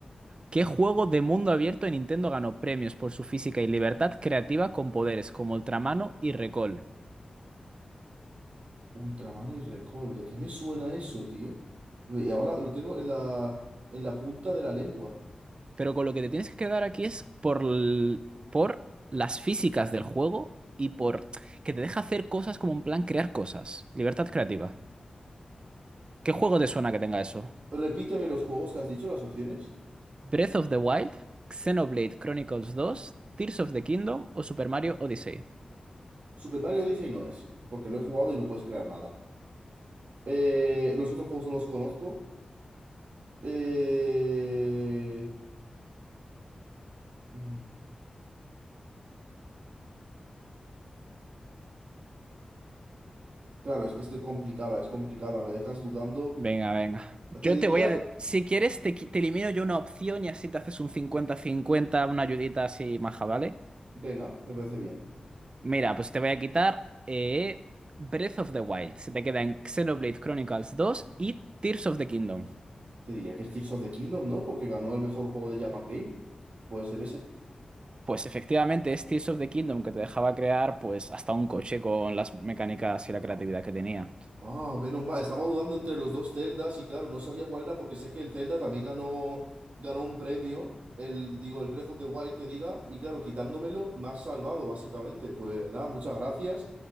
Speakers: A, on the right; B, on the right.
A: ¿Qué juego de mundo abierto de Nintendo ganó premios por su física y libertad creativa con poderes como Ultramano y Recall?
B: Ultraman y Recall, ¿de qué me suena eso, tío? Y ahora lo tengo en la, en la punta de la lengua.
A: Pero con lo que te tienes que quedar aquí es por, l- por las físicas del juego y por que te deja hacer cosas como en plan crear cosas. Libertad creativa. ¿Qué juego te suena que tenga eso?
B: Repíteme los juegos que has dicho, las opciones.
A: Breath of the Wild, Xenoblade Chronicles dos Tears of the Kingdom o Super Mario Odyssey.
B: Super Mario Odyssey no es, porque lo he jugado y no puedes crear nada. Eh, los otros juegos no los conozco. Eh, mm, Claro, es que estoy complicada, es complicada, me dejas dudando.
A: Venga, venga.
B: Te
A: Yo
B: diría,
A: te voy a... Si quieres, te, qui- te elimino yo una opción y así te haces un cincuenta cincuenta una ayudita así maja, ¿vale?
B: venga, me parece bien.
A: Mira, pues te voy a quitar eh, Breath of the Wild. Se te queda en Xenoblade Chronicles dos y Tears of the Kingdom.
B: Te diría que es Tears of the Kingdom, ¿no? Porque ganó el mejor juego de Japan Game. ¿Puede ser ese?
A: Pues efectivamente es Tears of the Kingdom que te dejaba crear pues hasta un coche con las mecánicas y la creatividad que tenía.
B: Ah, menos mal. Estaba dudando entre los dos Zeldas y claro, no sabía cuál era porque sé que el Zelda también ganó, ganó un premio, el, digo, el Breath of the Wild que diga, y claro, quitándomelo, me has salvado, básicamente. Pues nada, muchas gracias.